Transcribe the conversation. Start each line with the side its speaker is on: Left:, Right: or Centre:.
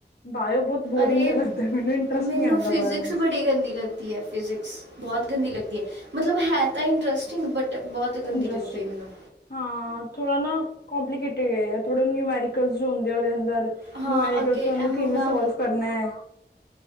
Left: ਬਾਏਓ ਬੋਤ ਬੋਰਿੰਗ
Right: ਅਰੇ
Left: ਜੇਆ ਲੱਗਦਾ ਮਿਨੂੰ ਇੰਟਰਸਟ
Right: ਮੈਨੂੰ
Left: ਨੀਂ ਆਂਦਾ ਪੜ੍ਹਨ ਇੱਚ
Right: <unintelligible> ਗੰਦੀ ਲੱਗ ਦੀ ਐ ਫਿਜ਼ਿਕਸ, ਬੋਤ ਗੰਦੀ ਲੱਗਦੀ ਐ ਮਤਲਬ ਹੈ ਤਾਂ ਇੰਟਰਸਟਿੰਗ ਬਟ ਬਹੁਤ ਗੰਦੀ
Left: ਇੰਟਰਸਟਿੰਗ
Right: ਲੱਗਦੀ ਹੈ ਮੈਨੂੰ
Left: ਹਾਂ ਥੋੜ੍ਹਾ ਨਾ, ਕੋੋਂਪਲੀਕੇਟਿਡ ਏ, ਥੋੜ੍ਹੇ ਨਿਊਮੈਰੀਕਲਜ਼ ਜੇ ਹੁੰਦੇ ਆ ਓਦੇ ਅੰਦਰ
Right: ਹਾਂ
Left: ਨਿਊਮੈਰੀਕਲਸ
Right: ਅੱਗੇ ਐ
Left: ਓਨੂੰ ਕਿਵੇਂ
Right: ਹੁਣ ਨਾ,
Left: ਸੋਲਵ ਕਰਨਾ ਐ?